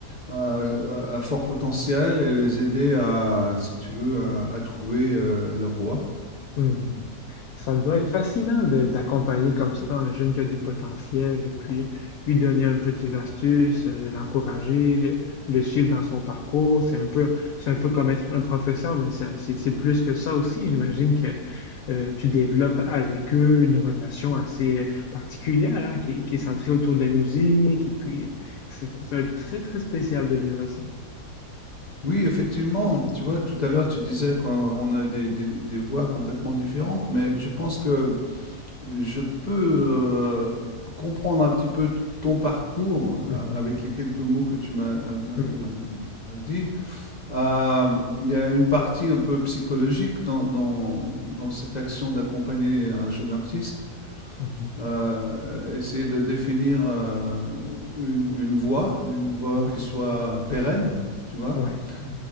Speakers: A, on the left (about 35°); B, on the left (about 65°).
A: à, à à fort potentiel et les aider à, si tu veux, à, à trouver euh, leur voie.
B: Hmm. Ça doit être fascinant de- d'accompagner comme ça un jeune qui a du potentiel et puis lui donner un peu tes astuces, euh, l'encourager, le, le suivre dans son parcours. C'est un peu, c'est un peu comme être un professeur, mais ça- c'est c'est plus que ça aussi. J'imagine que euh, tu développes avec eux une relation assez particulière hein, qui, qui est centrée autour de la musique. Et puis, c'est ça doit être très, très spécial de vivre ça.
A: Oui, effectivement. Tu vois, tout à l'heure, tu disais qu'on on a des, des, des voix complètement différentes, mais je pense que Je peux, heu, comprendre un petit peu t ton parcours, heu,
B: Mhm.
A: a avec les quelques mots que tu m'as, heu, m'as
B: Mhm.
A: m'as m'as dit. Hem, il y a une partie un peu psychologique dans dans dans cette action d'accompagner un jeune artiste.
B: Mhm.
A: Mmh mh. essayer de définir, heu, une une voie, une voie
B: Ouais,
A: qui Mmh. soit pérenne, tu vois?
B: ouais.
A: Mmh.